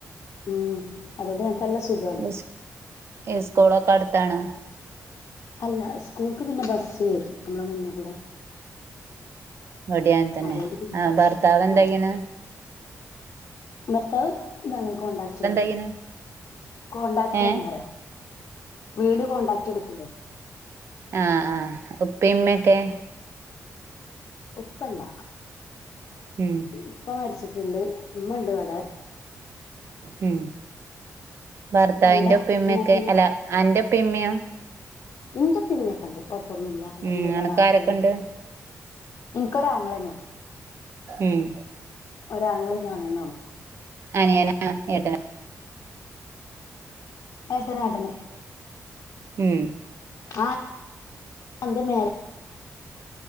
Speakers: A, on the left (about 60°); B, on the right (about 50°).
A: ഉം അതുകൊണ്ട് ഞങ്ങൾക്ക് നല്ല സുഖമാണ്
B: ഇസ് ഇസ്കൂളൊക്കെ അടുത്താണോ?
A: അല്ല സ്കൂൾക്ക് പിന്നെ ബസ്സ് വെരും ഞ മ്മള മുന്ന് കൂടെ.
B: ഒടിയൻ തന്നെ
A: അതുകൊണ്ട് പിന്നെ
B: ആ ഭർത്താവ് എന്തേയ്ണ്?
A: ആ ഭർത്താവ് ഇതാണ് കോണ്ടാക്റ്റ് പണിയാ
B: ചെയ്യണ്
A: കൊണ്ടററ്റാണ്.
B: ഏ
A: വീട് കൊണ്ടാക്റ്റ് ഇട്ക്കൂലേ?
B: ആഹ ആഹ് ഉപ്പീമ്മിയൊക്കെ
A: ഉപ്പല്ല
B: ഉം
A: ഉപ്പ മരിച്ച് <unintelligible> ണ്ട് ഇമ്മ ഇണ്ട് വടെ.
B: മം ഭർത്താവിന്റെ
A: എന്താ
B: ഉപ്പിഇമ്മിയൊക്കെ
A: ഇങ്ങ- ഇങ്ങ-
B: അല്ല അന്റെ ഇപ്പിഇമ്മിയോ?
A: ഇന്റെ ഇപ്പി ഇമ്മിയൊക്കെ ഇണ്ട്. കൊയപ്പൊന്നുല്ല. അല്ഹമ്ദുലില്ല
B: ഉം അനക്ക്
A: റാഹത്തെന്നെണ്.
B: ആരൊക്കെണ്ട്
A: ഇൻക്കൊരാങ്ങളെന്നെ ഉള്ളു
B: ഉം
A: ഒരാങ്ങളീം ഞാനെന്നെ ഒള്ളു.
B: അനിയനാ ഏട്ടനാ?
A: ഏട്ടനാ ഏട്ടന്.
B: മം
A: ആ <unintelligible>